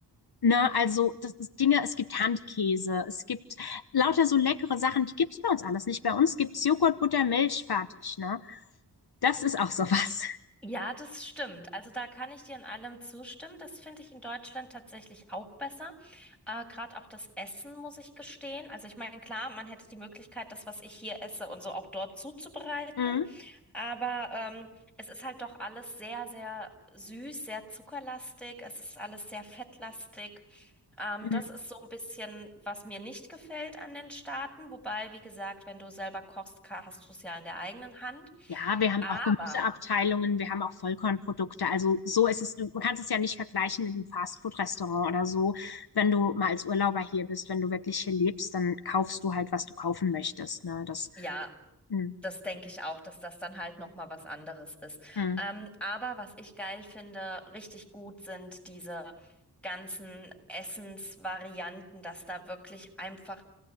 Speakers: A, on the left; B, in the centre.
A: Ne, also das ist Dinge, es gibt Handkäse, es gibt lauter so leckere Sachen, die gibt's bei uns alles nicht. Bei uns gibt's Joghurt, Butter, Milch, fertig. Ne? Das ist auch sowas.
B: Ja, das stimmt. Also da kann ich dir in allem zustimmen. Das finde ich in Deutschland tatsächlich auch besser. Äh, gerade auch das Essen, muss ich gestehen. Also ich meine, klar, man hätte die Möglichkeit, das, was ich hier esse und so auch dort zuzubereiten.
A: Mhm.
B: Aber ähm, es ist halt doch alles sehr, sehr süß, sehr zuckerlastig. Es ist alles sehr fettlastig. Ähm,
A: Mhm.
B: das ist so ein bisschen, was mir nicht gefällt an den Staaten. Wobei, wie gesagt, wenn du selber kochst, ka- hast du es ja in der eigenen Hand.
A: Ja, wir haben
B: Aber
A: auch Gemüseabteilungen, wir haben auch Vollkornprodukte. Also so ist es, du man kannst es ja nicht vergleichen mit einem Fastfood-Restaurant oder so. Wenn du mal als Urlauber hier bist, wenn du wirklich hier lebst, dann kaufst du halt, was du kaufen möchtest. Ne? Das
B: ja,
A: mm,
B: Das denke ich auch, dass das dann halt noch mal was anderes ist.
A: mm.
B: Ähm, aber was ich geil finde, richtig gut sind diese ganzen Essensvarianten, dass da wirklich einfach